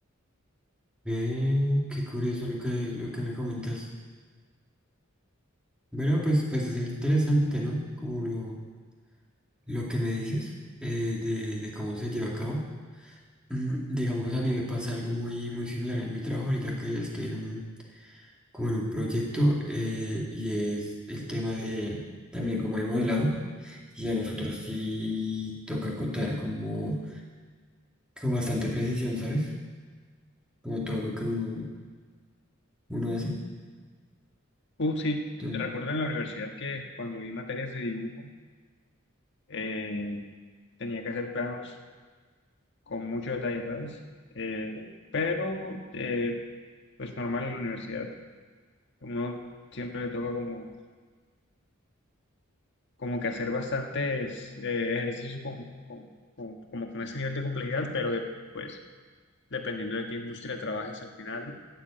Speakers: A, in the centre; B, on the left (about 60°).
A: Ve, qué curioso lo que, lo que me comentas. Bueno, pues, pues es interesante, ¿no? Como lo, lo que me dices eh, de, de cómo se lleva a cabo. Mm, digamos, a mí me pasa algo muy, muy similar en mi trabajo ahorita que estoy en un, como en un proyecto eh, y es el tema de también como hay modelado y a nosotros sí toca contar como con bastante precisión, ¿sabes? Como todo lo que uno, uno hace.
B: Uh, sí,
A: Entonces,
B: recuerdo en la universidad que cuando vi materias de dibujo, eh, tenía que hacer planos con mucho detalle, ¿sabes? Eh, pero, eh, pues normal en la universidad, uno siempre le toca como, como que hacer bastantes eh, ejercicios con, con, con- como con ese nivel de complejidad, pero de, pues dependiendo de qué industria trabajes al final,